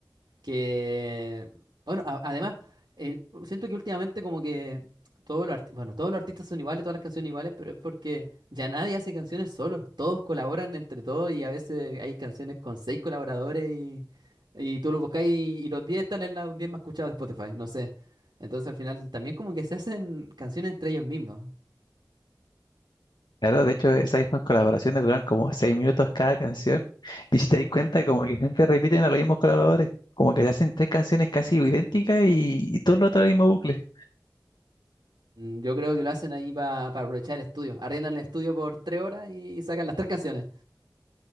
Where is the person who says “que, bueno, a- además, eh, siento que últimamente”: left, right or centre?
Right